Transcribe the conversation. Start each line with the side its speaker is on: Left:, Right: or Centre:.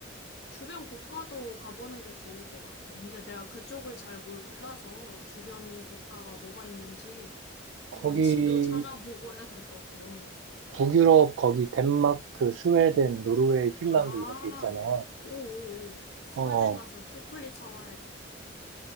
Left: 주변 국가도 가보는 게 좋을 것 같아. 근데 내가 그쪽을 잘 몰라서 주변 국가가 뭐가 있는지 한번
Right: 거기,
Left: <laughs> 지도 찾아보고 해야 될 것 같아요.
Right: 북유럽, 거기 덴마크, 그 스웨덴, 노르웨이, 핀란드
Left: 아,
Right: 이렇게 있잖아.
Left: 오오오. 스웨덴
Right: 어,
Left: 가서 초콜릿 사와야겠다.